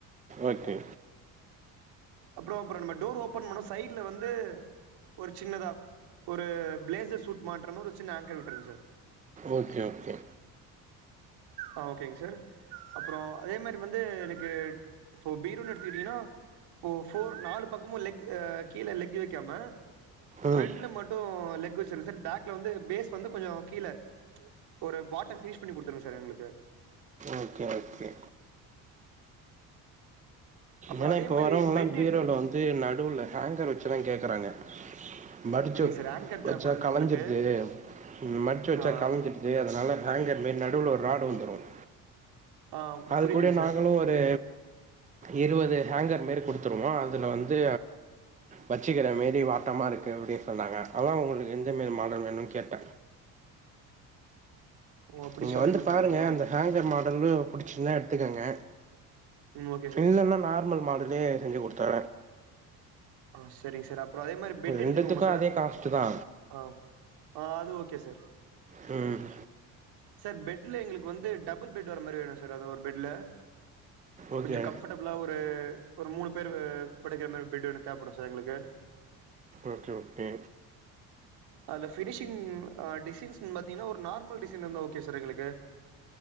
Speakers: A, on the right; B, on the right.
A: ஓகே
B: அப்புறம் அப்புறம் நம்ம டோர் ஓபன் பண்ணோ சைட்ல வந்து ஒரு சின்னதா ஒரு பிளேசர் சூட் மாற்றமா ஒரு சின்ன ஆங்கர் விட்ருக்கு சார்
A: ஓகே ஒக்கே
B: ஆ ஓகேங்க சார் அப்றம் அதே மாரி வந்து எனக்கு இப்போ பீரோன்னு எடுத்துக்கிட்டீன்னா இப்போ ஃபோர் நாலு பக்கமு லெக் அ கீழ லெக் வக்காம
A: ம்
B: ஃப்ரண்ட்ல மட்டு ம் லெக் வச்சுர்ர சார் பேக்ல வந்து பேஸ் வந்து கொஞ்ச கீழ ஒரு பாட்டம் பினிஷ் பண்ணி குடுத்துர்ர ஜனங்களுக்கு
A: ஓகே ஓகே
B: அப்புறோ
A: ஏன்னா
B: அதே
A: இப்ப
B: மாரி
A: வரவல்லாம்
B: பெட்
A: பீரோல
B: எடுத்துக்கிட்டு
A: வந்து நடுவுல ஹேங்கர் வச்சுதா கேக்கறாங்க மடிச்சு
B: இல்லைங்க சார் ஆங்கர் தேவப்படுது
A: வச்சா கலஞ்சிருது
B: நம்பளுக்கு
A: மட்ச்சு வச்சா
B: ஆ
A: கலஞ்சிரு எ அது அதனா ஹேங்கர் மாரி நடுல ஒரு ராடு வந்துரும்
B: ஆ
A: அது
B: புரியுதுங்க
A: கூட
B: சார்
A: நாங்களும் ஒரு இருவது ஹேங்கர் மாரி குட்த்துருவோம் அதுல வந்து வச்சுக்கிற மேரி வட்டமா இருக்கு அப்படி சொன்னாங்க அதா உங்குள்க்கு எந்த மீன் மாடல் வேணுன் கேட்ட
B: ஓ அப்டி
A: நீங்க
B: சொல்றீங்க
A: வந்து பாருங்க
B: சார் நீங்க
A: அந்த ஹேங்கர் மா இதல்லா படுச்ச இர்ந்தா எடுத்துக்கங்க
B: ம் ஓகே சார்
A: இல்லன்னா நார்மல் மாடலே செஞ்சி குடுத்தே
B: ஆ சரிங்க சார் அப்றம் அதே மாரி பெட் எடுத்துக்கோங்க
A: ரெண்டுத்துக்கு
B: சார்
A: அதே காஸ்ட்டு தா
B: ஆ ஆ அது ஓகே சார்
A: ம்
B: சார் பெட்ல எங்களுக்கு வந்து டபுள் பெட் வர மாரி வேணு சார் அது ஒரு பெட்ல
A: ஓகே
B: கொஞ்ச கம்ஃபர்டபிளா ஒரு ஒரு மூணு பேர் படுக்கிற மாரி பெட் வேணு தேவைப்படு சார் எங்களுக்கு
A: ஓகே ஓகே
B: அது பினிஷிங் டிசைன்ஸ் பாத்தீங்கன்னா ஒரு நார்மல் டிசைன் இருந்தா ஓகே சார் எங்களுக்கு